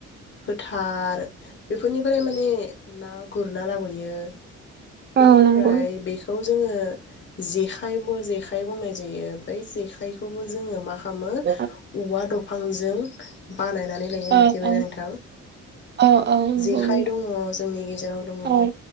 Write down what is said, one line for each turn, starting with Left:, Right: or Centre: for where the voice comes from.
Left: फोथ थार बेफोरनिफ्राय माने ना गुरना लाबोयो बेनिफ्राय
Right: औ नंगौ
Left: बेखौ जोङो जे जेखाय बुंनाय जायो जेखायखौबो जोङो माख खामो
Right: औ
Left: औवा दंफां जों बानायनानै लायो
Right: औ
Left: मिथिबायना
Right: औ
Left: नोंथां
Right: औ औ नंगौ
Left: जेखाइ
Right: नोंथां
Left: दङ जोंनि गेजेराव दङ
Right: ओं